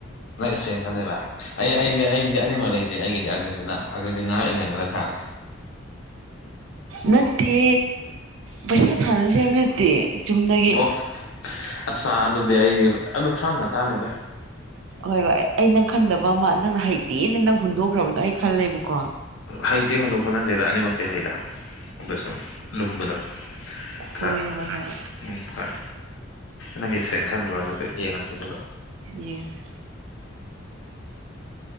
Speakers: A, on the left; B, on the right.
A: ꯅꯪ ꯏꯁꯄꯦꯟ ꯈꯟꯗꯣꯏꯕ ꯑꯩ ꯑꯩ ꯑꯩꯗꯤ ꯑꯅꯤꯃꯛ ꯂꯩꯇꯦ ꯑꯩꯒꯤꯗꯤ ꯑꯥꯔꯖꯦꯟꯇꯤꯅꯥ ꯑꯥꯔꯖꯦꯟꯇꯤꯅꯥ ꯏꯪꯂꯦꯟꯒꯗ ꯊꯥꯔꯁꯤ ꯇꯤꯛ
B: ꯅꯠꯇꯦ ꯄꯩꯁꯥ ꯊꯥꯅꯁꯦ ꯍꯥꯏꯕ ꯅꯠꯇꯦ ꯆꯨꯝꯅꯒꯤ
A: ꯑꯣ ꯑꯠꯆꯥ ꯑꯗꯨꯗꯤ ꯑꯩ ꯑꯗꯨ ꯐ꯭ꯔꯥꯡꯅ ꯀꯥꯅꯤꯗ
B: ꯍꯣꯏ ꯑꯩ ꯅꯪ ꯈꯟꯗꯕ ꯑꯃ ꯅꯪꯅ ꯍꯩꯇꯦꯅ ꯅꯪ ꯍꯨꯟꯗꯣꯛꯈ꯭ꯔꯕꯗꯣ ꯑꯩ ꯈꯜꯂꯦꯕꯀꯣ
A: ꯍꯩꯇꯦ ꯍꯨꯟꯗꯣꯛꯄ ꯅꯠꯇꯦꯗ ꯑꯅꯤꯃꯛꯇꯤ ꯍꯩꯗ ꯑꯗ ꯁꯨꯝ ꯂꯨꯝꯕꯗꯣ ꯈꯔ
B: ꯍꯣꯏ ꯍꯥꯏꯕ ꯍꯥꯏꯕ
A: ꯎꯨꯝ ꯍꯣꯏ ꯅꯪꯒꯤ ꯁꯣꯔꯦꯟ ꯈꯟꯈ꯭ꯔꯣ ꯑꯗꯨꯗꯤ ꯌꯦꯡꯉꯁꯤ ꯑꯗꯨꯒꯥ
B: ꯌꯦꯡꯉꯥꯁꯤ